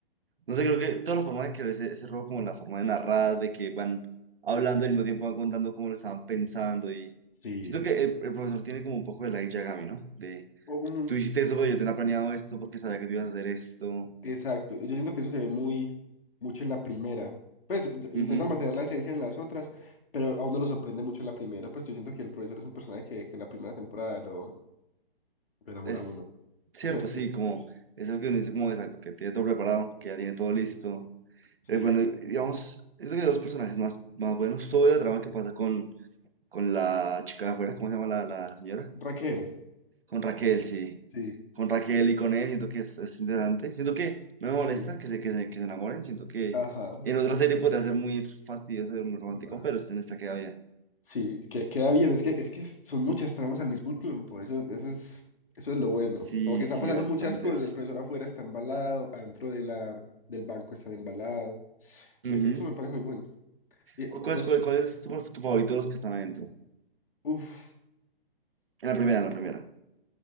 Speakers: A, on the right; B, on the left.
A: no sé, creo que toda la forma de crear ese, ese juego, como la forma de narrar, de que van hablando y al mismo tiempo van contando cómo lo estaban pensando. Y
B: sí.
A: siento que el, el profesor tiene como un poco de la Yagami, ¿no? De
B: Ujú.
A: tú hiciste eso, pero yo tenía planeado esto porque sabía que tú ibas a hacer esto.
B: Exacto. Yo siento que eso se ve muy mucho en la primera. Pues intentan
A: Ujú.
B: mantener la esencia en las otras, pero a uno lo sorprende mucho en la primera. Pues yo siento que el profesor es un personaje que, que en la primera temporada lo, lo enamora
A: Es
B: a uno.
A: cierto,
B: <laughs>
A: sí, como es algo que uno dice, como exacto, que tiene todo preparado, que ya tiene todo listo.
B: Ujú. Sí.
A: Eh, bueno, digamos, es que hay dos personajes más, más buenos. Todo el drama que pasa con con la chica de afuera, ¿cómo se llama la, la señora?
B: Raquel.
A: Con Raquel, sí.
B: Sí,
A: Con Raquel y con él, siento que es, es interesante. Siento que no me molesta
B: sí.
A: que se, que se, que se enamoren. Siento que
B: Ajá.
A: en otra serie podría ser muy fastidioso, muy romántico,
B: ah,
A: pero este en esta queda bien.
B: Sí, que, queda bien. Es que, es que son muchas tramas al mismo tiempo. Eso, eso es, eso es lo bueno.
A: Sí,
B: Como que están
A: sí,
B: pasando
A: bastantes.
B: muchas cosas. El profesor afuera está embalado, adentro de la, del banco está embalado.
A: Ujú.
B: E- Eso me parece muy bueno. ¿Y eh,
A: ¿Cuál,
B: vos
A: es, cuál- cuál es tu, tu favorito de los que están adentro?
B: Uf,
A: En la primera, en la primera.